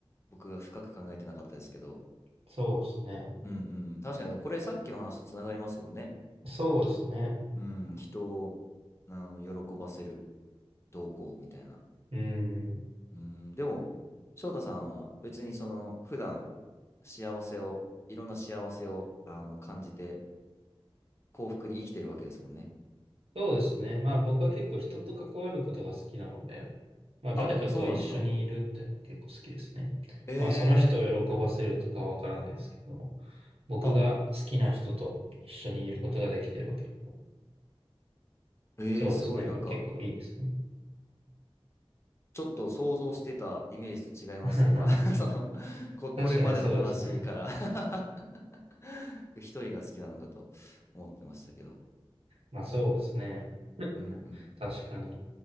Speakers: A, on the left; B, on the right.
A: 僕が深く考えてなかったですけど、
B: そうですね。
A: うんうん。確かに、これさっきの話とつながりますもんね。
B: そうですね。
A: うん、人を、あの、喜ばせる動向みたいな。
B: うん。
A: うん、でも、翔太さんは別にその、普段、幸せを、いろんな幸せを、あの、感じて、幸福に生きてるわけですもんね。
B: そうですね。まあ僕は結構人と関わることが好きなので、
A: うん
B: まあ、誰かと一緒にいるっていうのは結構好きですね。
A: あ、そうなんですか。え
B: まあ、その人を喜ばせるとかはわからないですけども、
A: ー、
B: 僕が好きな人と一緒にいることができているわけ。
A: あ、えー、
B: そうですね。
A: すごい、なんか、
B: う結構いいですね。
A: ちょっと想像してたイメージと違いました、
B: <laughs>
A: 今。<laughs> その、こ、これまでの話から
B: 確かにそうですね。
A: <laughs> 一人が好きなのかと思ってましたけど。
B: まあ、そうですね。
A: うんうん
B: 確かに。